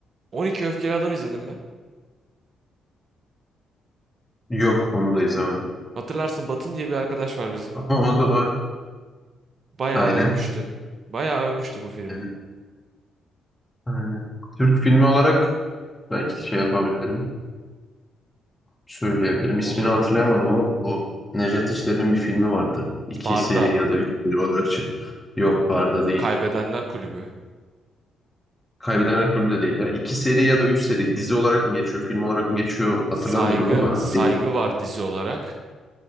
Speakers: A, on the right (about 50°); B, on the left (about 15°).
A: 12 Öfkeli Adam izledim mi?
B: Yok onu da izlemedim.
A: Hatırlarsın Batın diye bir arkadaş var bizim.
B: Ama o da var.
A: Bayağı
B: Aynen.
A: övmüştü. Bayağı övmüştü bu filmi.
B: Aynen. Aynen. Türk filmi olarak belki şey yapabilirim. Söyleyebilirim. İsmini
A: Olur.
B: hatırlayamadım ama bu Nejat İşler'in bir filmi vardı. İki
A: Barda.
B: seri ya da üç seri olarak. çı- Yok barda değil.
A: Kaybedenler Kulübü.
B: Kaybeden Alkolü de değil ya. İki seri ya da üç seri. Dizi olarak mı geçiyor, film olarak mı geçiyor hatırlamıyorum
A: Saygı,
B: ama
A: saygı
B: deli.
A: var dizi olarak.